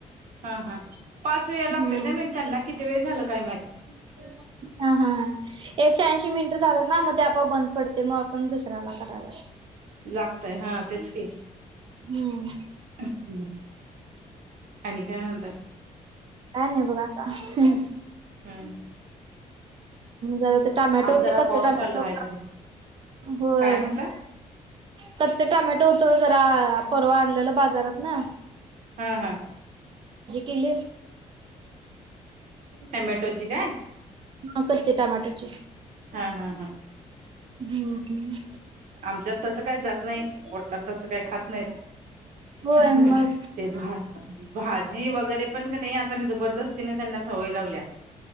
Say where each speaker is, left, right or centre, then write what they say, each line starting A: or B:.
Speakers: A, on the right; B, on the right.
A: हा, हा. पाच वेळा लागतय
B: हम्म
A: ते, म त्यांना किती वेळ झालं काय माहित
B: हा, हा, एकशे ऐंशी मिनिटं झालं ना, मग ते आपोआप बंद पडतय, मग आपण दुसऱ्याला करायला
A: लागतय, हा तेच की
B: हम्म!
A: ह, आणि काय म्हणताय?
B: काय नाही बगा आत्ता
A: हम्
B: जरा ते टमॅटोते
A: आज जरा
B: कच्च
A: पाऊस
B: टमॅटो,
A: चालू आहे तरी
B: होय
A: काय म्हटलं
B: कच्च टॉमॅटो होत जरा, परवा आणलेलं बाजारात न
A: हा, हा,
B: केली
A: टमेटोची काय?
B: हा कच्चे टमाॅटोची
A: हा, हा, हा.
B: हम्म, हम्म.
A: आमच्यात तसं काय जात नाही, पोटात तसं काय खात नाहीत.
B: होय
A: <unintelligible>
B: मग
A: ते भात भात भाजी वगरे पण क नई, आत्ता मी जबरदस्ती ने सवय लावल्या